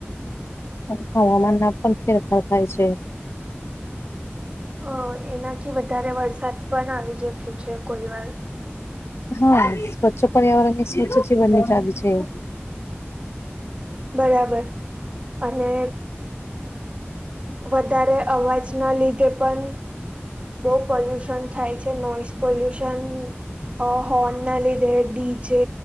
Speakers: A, on the left; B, on the right.
A: હવામાન માં પણ ફેરફાર થાય છે.
B: હ, એનાથી વધારે વરસાદ પણ આવી જતું છે કોઈ વાર.
A: હા, સ્વચ્છ પર્યાવરણ ની સ્વચ્છ જીવન ની ચાવી છે.
B: બરાબર. અને વધારે અવાજ ના લીધે પણ બહુ પોલ્યુશન થાય છે, નોઈસ પોલ્યુશન હ, હોનના લીધે ડીઝે